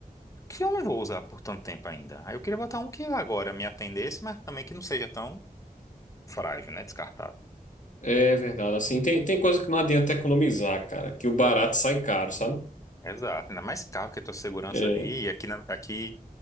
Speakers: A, on the left (about 20°); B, on the left (about 55°).
A: que eu não vou usar por tanto tempo ainda. Aí eu queria botar um que agora me atendesse, mas também que não seja tão frágil, né? Descartável.
B: É verdade. Assim, tem, tem coisa que não adianta economizar, cara, que o barato sai caro, sabe?
A: Exato, ainda mais carro que a tua segurança
B: É,
A: ali. E aqui, na- aqui